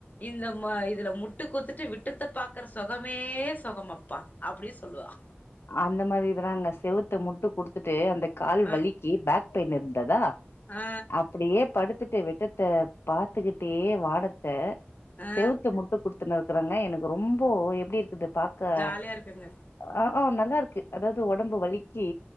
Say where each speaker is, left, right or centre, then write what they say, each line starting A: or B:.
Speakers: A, on the left; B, on the left.
A: இந்த ம இதுல முட்டு குத்துட்டு விட்டுத்த பாக்கற சுகமே சுகமப்பா அப்டி சொல்லுவா
B: அந்த மாரி இதல்லா அங்க செவுத்த முட்டு குடுத்துட்டு அந்த கால்
A: ஆ
B: வலிக்கு பேக் பெயின் இருந்ததா
A: ஆ
B: அப்படியே படுத்துட்டு விட்டத்த பாத்துக்கிட்டே வானத்த
A: ஆ
B: செவுத்த முட் குடுத்துனு இருக்கறாங்க எனக்கு ரொம்ப எப்டி இருக்கது பாக்க
A: ஜாலியா இருக்குங்க
B: ஆ நல்லா இருக்கு அதாவது ஒடம்பு வலிக்கு